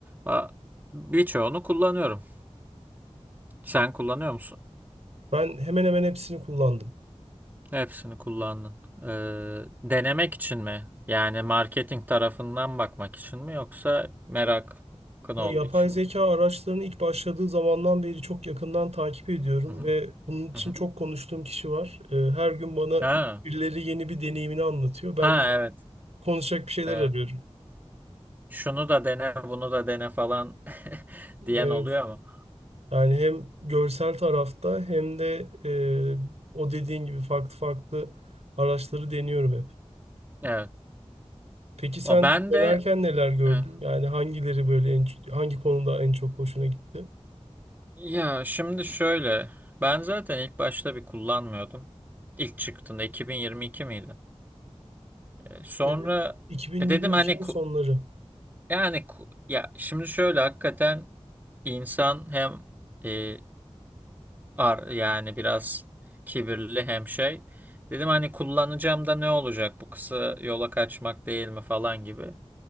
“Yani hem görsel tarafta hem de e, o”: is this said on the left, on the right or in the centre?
Right